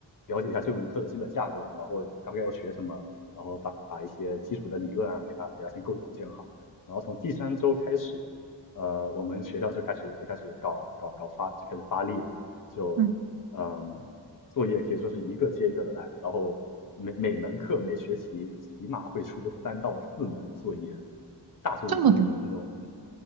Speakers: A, on the left (about 50°); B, on the right (about 60°).
A: 了解一下这门课的基本架构，然后大概要学什么，然后把把一些基础的理论啊给它给它先构建好，然后从第三周开始，呃，我们学校就开始就开始搞搞搞发就开始发力了，就嗯
B: 嗯，
A: 作业可以说是一个接一个的来，然后每每门课每学期起码会出个三到四门作业，大作业是那种那种那种，
B: 这么多，